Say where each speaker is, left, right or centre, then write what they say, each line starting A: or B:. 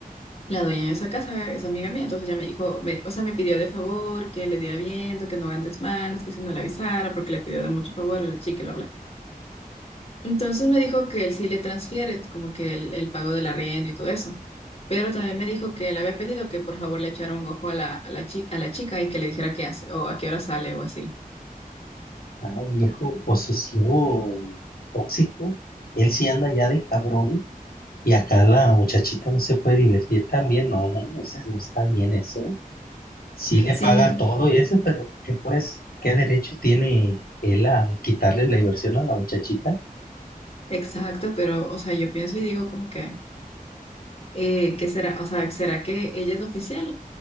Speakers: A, on the left; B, on the left.
A: la dueña de esa casa es amiga mía, entonces ella me dijo, me- o sea, me pidió de favor que le diera viento, que no hagan desmanes, que si no le avisara, porque le pidió de mucho favor a la chica y bla, bla. Entonces me dijo que él sí le transfiere como que el, el pago del arriendo y todo eso, pero también me dijo que le había pedido que por favor le echara un ojo a la, a la, chi- a la chica y que le dijera qué hace o a qué hora sale o así.
B: Ah, viejo posesivo, tóxico. Él sí anda ya de cabrón. Y acá la muchachita no se puede divertir también, no, o sea, no está bien eso. sí le
A: Sí,
B: paga todo y eso, pero ¿qué pues, qué derecho tiene él a quitarle la diversión a la muchachita?
A: exacto, pero, o sea, yo pienso y digo como que... Eh, ¿qué será? O sea, ¿será que ella es la oficial